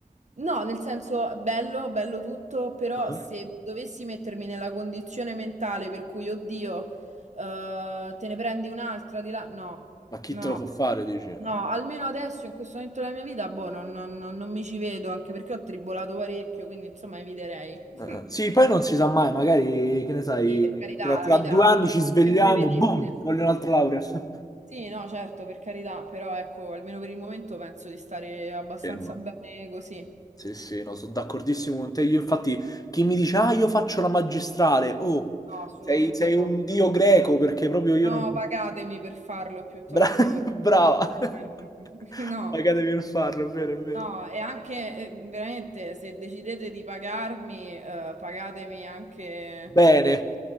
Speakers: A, on the right; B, on the left.
A: No, nel senso, bello, bello tutto, però
B: Ah.
A: se dovessi mettermi nella condizione mentale per cui, oddio, eh, te ne prendi un'altra di là, no,
B: Ma chi
A: no,
B: te lo fa fare, dici? Eh,
A: no, almeno adesso, in questo momento della mia vita, boh, non, non- non- non mi ci vedo, anche perché ho tribolato parecchio, quindi insomma eviterei. <laughs>
B: eh. Sì, poi non si sa mai, magari, che ne sai,
A: Sì, per carità,
B: tra, tra
A: la vita
B: due anni ci svegliamo,
A: è imprevedibile.
B: boom, voglio un'altra laurea. <laughs>
A: Sì, no, certo, per carità, però ecco, almeno per il momento penso di stare abbastanza
B: Fermo.
A: bene così.
B: Sì, sì, no, sono d'accordissimo con te. Io infatti, chi mi dice, ah, io faccio la magistrale, oh,
A: No, assolutamente
B: sei, sei
A: no.
B: un dio greco perché proprio io
A: No,
B: non...
A: pagatemi per farlo piuttosto,
B: Bra- <laughs>
A: perché
B: brava. <laughs>
A: veramente- <laughs> No,
B: Pagatemi per farlo, è vero, è vero.
A: no, e anche eh, veramente se decidete di pagarmi, eh, pagatemi anche
B: Bene.